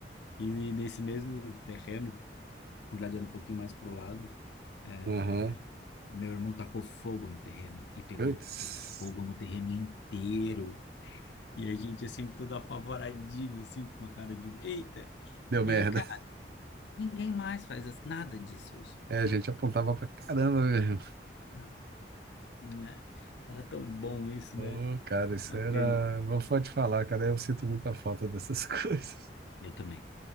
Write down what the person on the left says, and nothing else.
E nesse mesmo terreno, na verdade, era um pouquinho mais pro lado. É,
meu irmão tacou fogo no terreno e pegou
fogo no terreno inteiro. E a gente, assim, todo apavoradinho, assim, com uma cara de eita.
E
aí, cara, ninguém mais faz as- nada disso hoje.
Nada,
nada. Né? Era tão bom isso,
né?
Uma
pena.
Eu também,